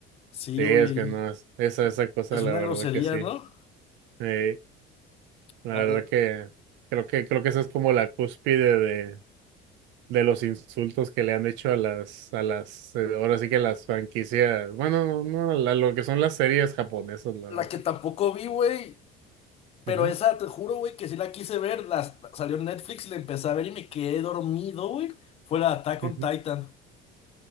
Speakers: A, on the left; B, on the right.
A: Sí,
B: Sí, es
A: güey.
B: que no, es- esa, esa cosa,
A: Es
B: la
A: una
B: verdad
A: grosería,
B: que sí.
A: ¿no?
B: Eh, la
A: La,
B: verdad
A: la-
B: que creo que creo que esa es como la cúspide de, de los insultos que le han hecho a las, a las, eh, ahora sí que a las franquicias, bueno, no, la- lo que son las series japonesas, la
A: la
B: verdad.
A: que tampoco vi, güey. Pero
B: Ujú,
A: esa, te juro, güey, que sí la quise ver. las salió en Netflix, la empecé a ver y me quedé dormido, güey. Fue la Attack
B: ujú.
A: on Titan